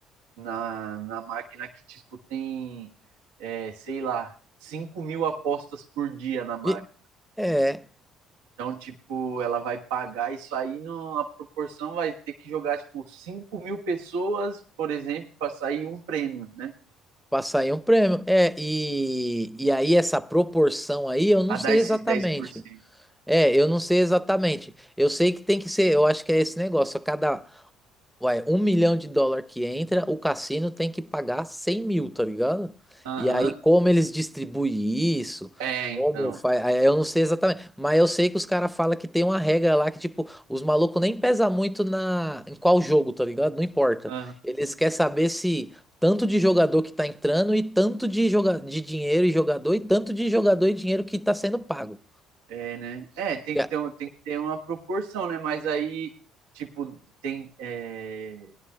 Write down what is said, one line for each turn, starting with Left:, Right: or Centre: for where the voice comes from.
Right: na, na máquina que, tipo, tem, é, sei lá, cinco mil apostas por dia na máquina.
Centre: E- é.
Right: Então, tipo, ela vai pagar isso aí numa proporção, vai ter que jogar, tipo, cinco mil pessoas, por exemplo, para sair um prêmio, né?
Centre: Passar aí um prêmio. É, e, e aí essa proporção aí, eu não
Right: A
Centre: sei
Right: dar esses
Centre: exatamente.
Right: dez por cento.
Centre: É, eu não sei exatamente. Eu sei que tem que ser, eu acho que é esse negócio. A cada, Ué, um milhão de dólar que entra, o cassino tem que pagar 100 mil, tá ligado?
Right: Aham.
Centre: E aí, como eles distribuem isso,
Right: É,
Centre: como
Right: então.
Centre: faz. aí Eu não sei exatamente, mas eu sei que os caras falam que tem uma regra lá que, tipo, os malucos nem pesa muito na... em qual jogo, tá ligado? Não importa.
Right: Aham.
Centre: Eles querem saber se tanto de jogador que tá entrando e tanto de, joga... de dinheiro e jogador e tanto de jogador e dinheiro que tá sendo pago.
Right: É, né? É, tem
Centre: Já,
Right: que ter, um- tem que ter uma proporção, né? Mas aí, tipo, tem. é,